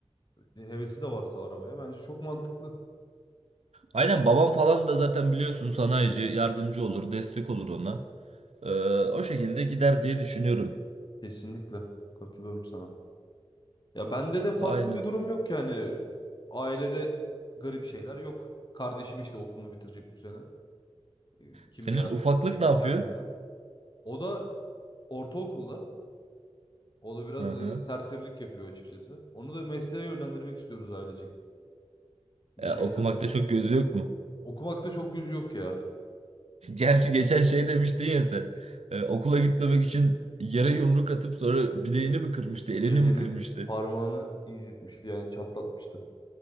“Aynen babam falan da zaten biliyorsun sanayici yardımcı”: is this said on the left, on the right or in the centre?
Right